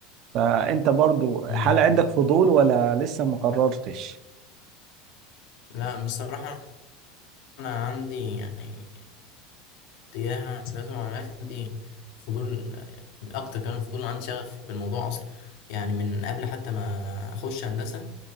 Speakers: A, on the right; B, on the left.
A: فانت برضو
B: مم.
A: هل عندك فضول ولا لسه ما قررتش
B: لا بصراحة أنا عندي يعني تجاه حسابات ومعلومات عندي فضول أكتر كمان فضول عندي شغف بالموضوع أصلا يعني من قبل حتى ما أخش هندسة